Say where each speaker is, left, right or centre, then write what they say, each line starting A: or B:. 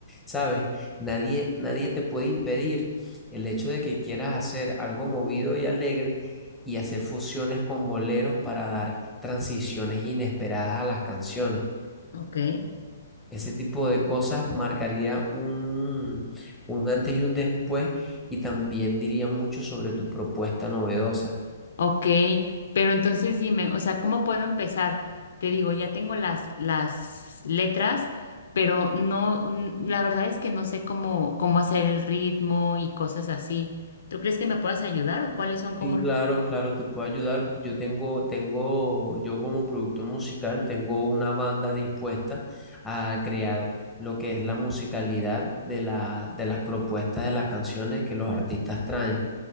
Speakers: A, in the centre; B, on the left.
A: ¿Sabes? Nadie, nadie te puede impedir el hecho de que quieras hacer algo movido y alegre y hacer fusiones con boleros para dar transiciones inesperadas a las canciones.
B: Ok.
A: Ese tipo de cosas marcaría un, un antes y un después y también diría mucho sobre tu propuesta novedosa.
B: Ok, pero entonces dime, o sea, ¿cómo puedo empezar? Te digo, ya tengo las, las letras, pero no, mm, la verdad es que no sé cómo, cómo hacer el ritmo y cosas así. ¿Tú crees que me puedas ayudar o cuáles son como
A: Y
B: los...
A: claro, claro, te puedo ayudar. Yo tengo, tengo, yo como productor musical, tengo una banda dispuesta a crear lo que es la musicalidad de la, de las propuestas de las canciones que los artistas traen.